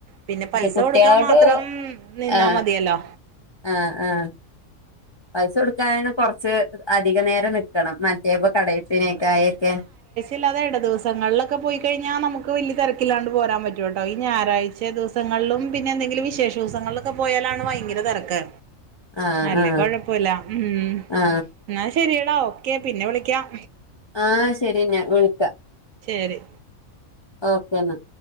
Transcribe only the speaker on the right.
പിന്നെ പൈസ
കൊടുക്കാ മാത്രം നിന്നാ
മതിയല്ലോ
ല്ലാതെ ഇട ദിവസങ്ങളിലൊക്കെ പോയി കഴിഞ്ഞാൽ നമുക്ക് വലിയ തിരക്കില്ലാണ്ട് പോരാൻ പറ്റും കേട്ടോ ഈ ഞായറാഴ്ച ച്ച ദിവസങ്ങളിലും പിന്നെ എന്തെങ്കിലും വിശേഷ ദിവസങ്ങളിലൊക്കെ പോയാലാണ് ഭയങ്കര തിരക്ക്
അല്ല
കൊഴപ്പില്ല ഉം
എന്ന ശെരിയടാ ഓക്കേ പിന്നെ വിളിക്കാം
ശരി